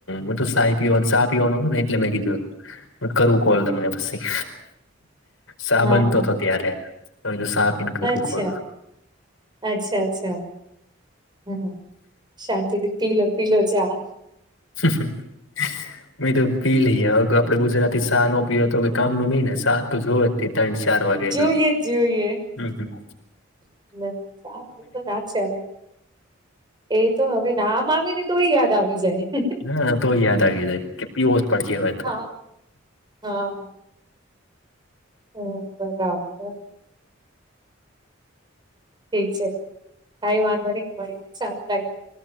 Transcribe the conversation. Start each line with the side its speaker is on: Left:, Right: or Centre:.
Left: મેં તો શાય પીવાનુ શા પીવાનું હતું ને એટલે મેં કીધુ કરું કોલ તમને પછી સા
Right: હા
Left: બનતો હતો ત્યારે તો સા પીને કરું
Right: અચ્છા
Left: કોલ.
Right: અચ્છા અચ્છા હા શાંતિથી પીલો પીલો ચા
Left: <unintelligible> અ તો પી લઈએ આપડે ગુજરાતીથી શા નો પીયે તો કામ નું નઈ ને શા તો જોવે તે ત્રણ ચાર વાગે
Right: જોઈએ
Left: હ
Right: જ જોઈએ. હમ્મ <unintelligible> ચા મને ના ચાલેે એ તો હવે નામ આવે ને તો યાદ આવી જાય
Left: હા તો યાદ આવી જાય કે પીવો જ પડશે હવે તો
Right: હા હા હમ બરાબર ઠીક છે. કઈ વાંધો નહી મળી ને સારું લાગ્યું